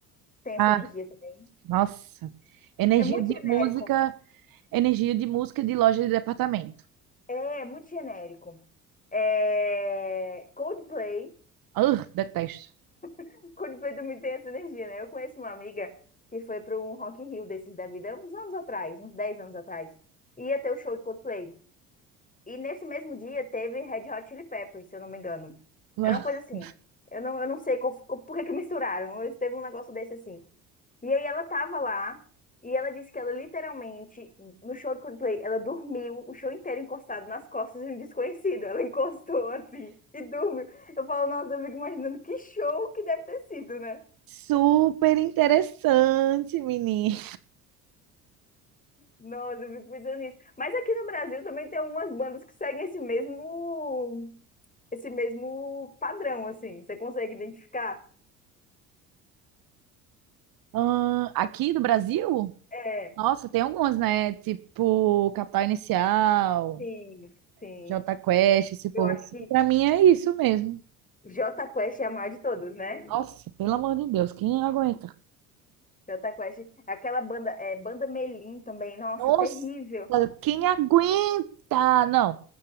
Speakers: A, on the left; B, on the right.
A: tem essa
B: Ah,
A: energia também.
B: nossa. Energia
A: É muito
B: de
A: genérico.
B: música, energia de música de loja de departamento.
A: É, é muito genérico. É... Coldplay.
B: Ah, detesto.
A: <laughs> Coldplay também tem essa energia, né? Eu conheço uma amiga que foi para um Rock in Rio desses da vida, uns anos atrás, uns 10 anos atrás. Ia ter o show de Coldplay. E nesse mesmo dia teve Red Hot Chili Peppers, se eu não me engano.
B: <laughs>
A: Era uma coisa assim. Eu não, eu não sei qual- qual- por que que misturaram, mas teve um negócio desse assim. E aí ela tava lá e ela disse que ela literalmente, no show de Coldplay, ela dormiu o show inteiro encostado nas costas de um desconhecido. Ela encostou assim e dormiu. Eu falo, nossa, eu fico imaginando que show que deve ter sido, né?
B: Super interessante, menina.
A: Nossa, eu fico pensando nisso. Mas aqui no Brasil também tem algumas bandas que seguem esse mesmo, esse mesmo padrão, assim. Você consegue identificar?
B: Ah, aqui do Brasil?
A: É,
B: Nossa, tem algumas, né? Tipo, Capital Inicial.
A: sim, sim.
B: Jota Quest, esse povo
A: Eu acho
B: assim,
A: que
B: pra mim é isso mesmo.
A: J Quest é a maior de todas, né?
B: Nossa, pelo amor de Deus, quem aguenta?
A: Jota Quest. Aquela banda, é, Banda Melim também. Nossa,
B: Nossa,
A: terrível.
B: quem aguenta? Não.